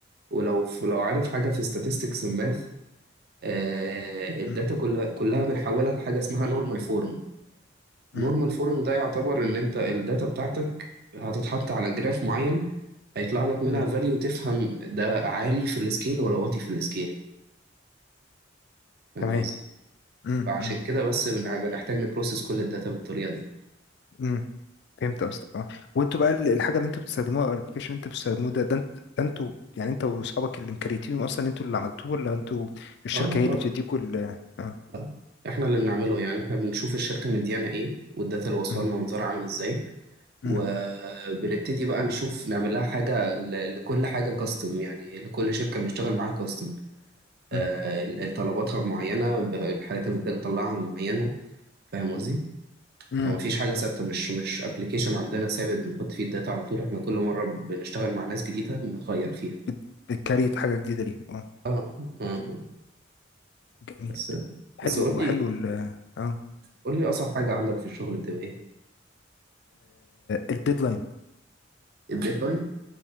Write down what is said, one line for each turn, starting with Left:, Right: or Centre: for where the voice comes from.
Right: ولو لو عارف حاجه في statistics الماث آه، الداتا
Left: مم.
Right: كلها كلها بنحولها لحاجه اسمها نورمال فورم
Left: مم.
Right: نورمال فورم ده يعتبر ان انت الداتا بتاعتك هتتحط على جراف معين هيطلع لك منها
Left: مم.
Right: فاليو تفهم ده عالي في السكيل ولا واطي في السكيل فاهم
Left: تمام
Right: قصدي
Left: مم.
Right: فعشان
Left: مم.
Right: كده بس بنع- بنحتاج نبروسس كل الداتا بالطريقه دي
Left: مم. فهمت قصدك اه وانتوا بقى ال- الحاجه اللي انتوا بتستخدموها او الابلكيشن اللي انتوا بتستخدموه ده ده انت ده انتوا يعني انت واصحابك اللي مكريتينه اصلا انتوا اللي عملتوه ولا انتوا الشركه
Right: اه
Left: هي
Right: اه
Left: اللي بتديكوا ال اه
Right: آه. احنا اللي بنعمله يعني احنا بنشوف الشركه مديانا ايه والداتا اللي واصله
Left: مم.
Right: لنا منظرها عامل ازاي وبنبتدي
Left: مم.
Right: بقى نشوف نعمل لها حاجه ل- لكل حاجه كاستم يعني لكل شركه بنشتغل معاها كاستم
Left: مم.
Right: آه، ال- طلباتها معينة ب- الحاجات اللي محتاج أطلعها معينة فاهم قصدي؟
Left: مم.
Right: فما فيش حاجة ثابتة مش مش أبلكيشن عندنا ثابت بنحط فيه الداتا على طول إحنا كل مرة بنشتغل مع ناس جديدة نغير فيها
Left: بت- بتكريت حاجه جديده ليهم اه
Right: آه آه
Left: جميل
Right: بس
Left: حلو
Right: بس قول لي
Left: حلو ال اه
Right: قول لي أصعب حاجة عندك في الشغل بتبقى إيه؟
Left: الديدلاين
Right: الديدلاين؟